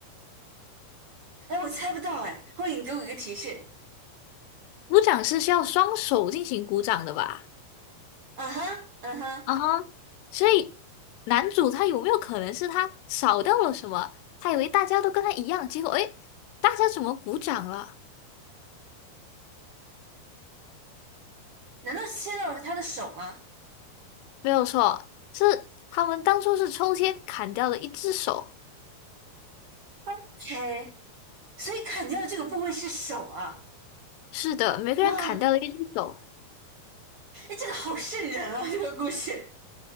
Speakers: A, on the right; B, on the left.
A: 哎，我猜不到哎，后者你给我一个提示。
B: 鼓掌是需要双手进行鼓掌的吧？
A: 嗯哼，嗯哼，
B: 啊哈，所以男主他有没有可能是他少掉了什么？他以为大家都跟他一样，结果诶，大家怎么鼓掌了？
A: 难道切到的是他的手吗
B: 没有错，是他们当初是抽签砍掉了一只手。
A: o 所以砍掉的这个部位是手啊。
B: 是的，每个人砍掉了一只手。
A: 啊，哎，这个好瘆人啊！这个故事，